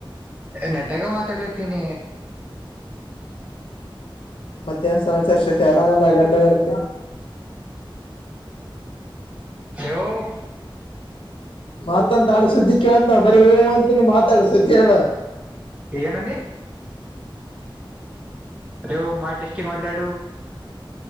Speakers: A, on the right (about 15°); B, on the left (about 80°).
A: ನೆಟಗ ಮಾತಾಡತೀನಿ
B: ಮತ್ತೆನ್ ಸಮಾಚಾರ ಸೆಫೆ ಆರಾಮಲ್ಲ ಗಂಡ ಆಡ್ತಿ
A: ಯವು
B: ಮಾತಂತ ಆಡ್ ಸುದ್ದಿ ಕೇಳಳ್ತ್ ನ ಬರೀ ಹೂ ಅಂತೀನಿ ಮಾತಾಡ್ ಸುದ್ದಿ ಹೇಳ
A: ಏನಿ ಅ ಮಾ ಟೆಸ್ಟಿಂಗ್ ಮಂಡಡು